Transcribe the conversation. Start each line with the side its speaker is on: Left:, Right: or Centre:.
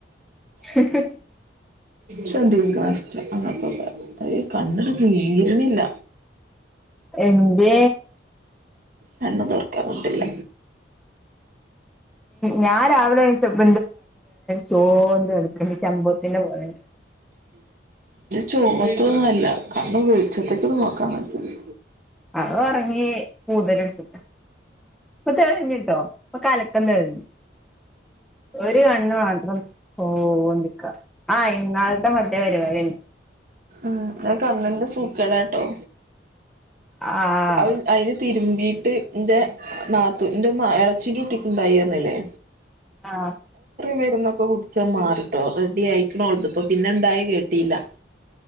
Centre: ശട്ട
Right: ചഡികർക്ക് വസ് അങ്ങനത്തോക്ക അ കണ്ണിട്ട നീരണില്ല
Centre: എന്ത്
Right: കണ്ണ് തീർക്കാട്ടില്ല
Centre: ഞാൻ രാവിലെ സബ ചോന്ത എടുക്കണ്ട് ചമ്പവത്തിന്റെ പോലണ്ട്
Right: ചുവ്ത്തൊന്നുംല്ല കണ്ണം വീളിച്ചത്തേക്കോടെ നോക്കാങ്ങ ചെയ
Centre: ആ ഈ പൂതലടിച്ച് ഇപ്പൊ തെളിഞ്ഞിട്ടോ ഇപ്പൊ കലക്കം തെളിഞ്ഞ് ഒരു കണ്ണ് മാത്രം ചോവ്ണ്ടിക്ക ആഹ് ഇന്നാളത്തെ മറ്റേ പരിപാടിണ്ട്
Right: ഉം അ കണ്ണിന്റെ സൂക്കടാട്ടോ
Centre: ആഹ്
Right: അവ് അതിന് തിരൂ വീട്ടി ന്റെ നാത്തു ന്റെ നാ എളച്ചിക്ക് കിട്ടി ഉണ്ടായിരിന്നില്ലേ
Centre: ആഹ്
Right: മേരുന്നൊക്കെ കുടിച്ച മാറിട്ടോ റെഡി ആയിക്കണോളത്ത് പിന്നെ ഇണ്ടായി കേട്ടില്ല